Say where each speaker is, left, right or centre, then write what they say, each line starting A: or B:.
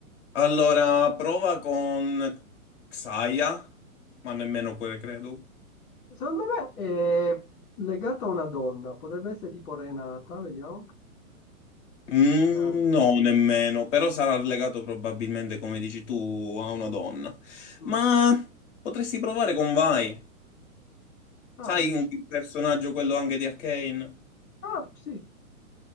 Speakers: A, on the left; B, on the left.
A: Allora, prova con Xayah, ma nemmeno quel credo.
B: Secondo me è legato a una donna, potrebbe essere tipo Renata, vediamo.
A: Mm,
B: Ah,
A: No, nemmeno, però sarà legato probabilmente, come dici tu, a una donna.
B: mm.
A: Ma potresti provare con Vai.
B: Ah,
A: Sai
B: dici.
A: il personaggio quello anche di Arcane?
B: Ah, sì.